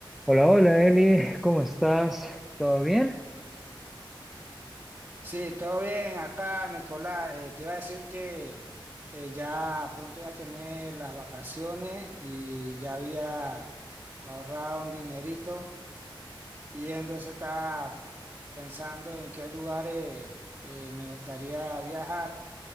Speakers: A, in the centre; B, on the right.
A: Hola, hola Eli, ¿cómo estás? ¿Todo bien?
B: Sí, todo bien acá, Nicolás. Eh, te iba a decir que eh, ya pronto ya tener las vacaciones y ya había ahorrado un dinerito y entonces estaba pensando en qué lugares eh, me gustaría viajar